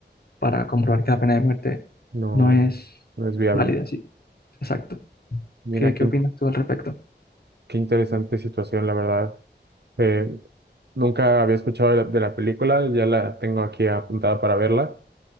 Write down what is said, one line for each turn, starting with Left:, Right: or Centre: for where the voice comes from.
Left: para comprobar que la pena de muerte
Right: No,
Left: no es
Right: no es viable.
Left: válida, sí, exacto.
Right: Mira,
Left: ¿Qué, qué
Right: qué,
Left: opinas tú al respecto?
Right: Qué interesante situación, la verdad. Eh, nunca había escuchado de la, de la película, ya la tengo aquí apuntada para verla,